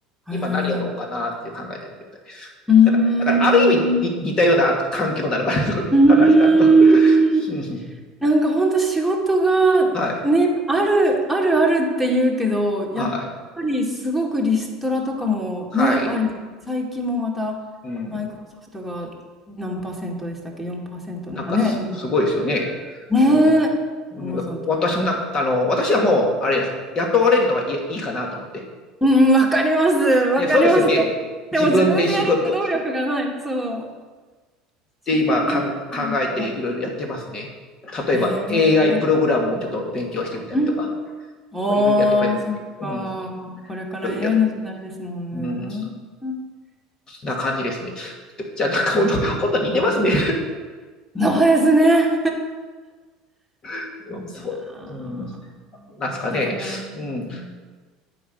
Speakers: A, in the centre; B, on the left.
A: へえ
B: 今何やろうかなっていう考えてる状態です。
A: うーん。
B: だから、だからある意味に似たような環境なのかなと、<laughs>
A: うーん。
B: 話したと。<laughs>
A: なんか本当仕事がね、
B: はい、
A: ある、あるあるって言うけど、やっぱりすごくリストラとかもね、
B: はい、はい。
A: ある。最近もまたマイクロソフトが何パーセントでしたっけ
B: うん、
A: ?4% なんかね、
B: なんかすすごいですよね。
A: ねえ、
B: う
A: アマゾンとかもやっ
B: ん、だから私もなあの、私はもう、あれです、雇われるのはい、いいかなと思って。
A: うん、うんわかります。わかります。
B: ね、そうですよね。
A: でも、
B: 自分で仕事、
A: でも自分でやる能力がない。そう。自分で作るしか。
B: で、今かん考えていろいろやってますね。例えば
A: へえ。
B: AI プログラムをちょっと勉強してみたりとか、
A: うん。ああ、
B: いろいろやってまいうん、
A: そっか。
B: い
A: これから
B: ろいろやって、
A: AI の時代ですもん
B: うん、
A: ね。うん
B: な感じですね。
A: そ
B: じゃあ、なんか本当、
A: うん
B: 本当似てますね。
A: うんそうですね。
B: <laughs> うん、そう、
A: いやー、
B: うん、なんですかね。
A: だから、
B: うん。
A: うん